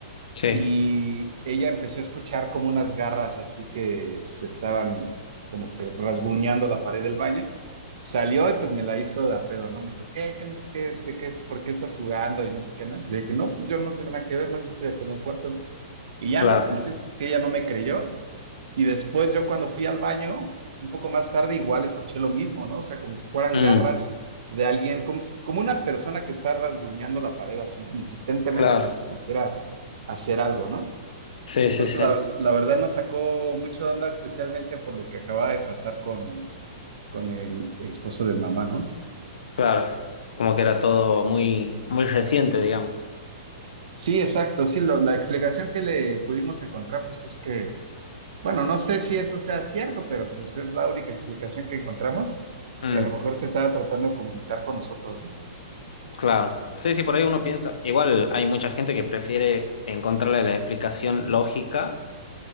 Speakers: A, on the left; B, on the right.
A: Sí.
B: Y ella empezó a escuchar como unas garras así que se estaban como que rasguñando la pared del baño. Salió y pues me la hizo de a pedo, ¿no? Me dijo, ¿qué? ¿Qué? me- qué, este, qué, ¿Por qué estás jugando? Y no sé qué, ¿no? Y Le dije, no, pues yo no tengo nada que ver, ¿no? Yo estoy aquí en el cuarto, ¿no? Y ya
A: Claro.
B: no, el chiste es que ella no me creyó y después yo cuando fui al baño, un poco más tarde, igual escuché lo mismo, ¿no? O sea, como si fueran
A: Mm,
B: garras de alguien, como, como una persona que está rasguñando la pared así insistentemente,
A: claro.
B: como si quisiera hacer algo, ¿no?
A: Sí, sí,
B: Entonces,
A: sí.
B: la, la verdad nos sacó mucho de onda, especialmente por lo que acababa de pasar con, con el esposo de mamá, ¿no?
A: Claro, como que era todo muy, muy reciente, digamos.
B: Sí, exacto, sí, lo- la explicación que le pudimos encontrar, pues es que, bueno, no sé si eso sea cierto, pero pues es la única explicación que encontramos.
A: Mm,
B: que a lo mejor se estaba tratando de comunicar con nosotros, ¿no?
A: claro. Sí, sí, por ahí uno piensa. Igual hay mucha gente que prefiere encontrarle la explicación lógica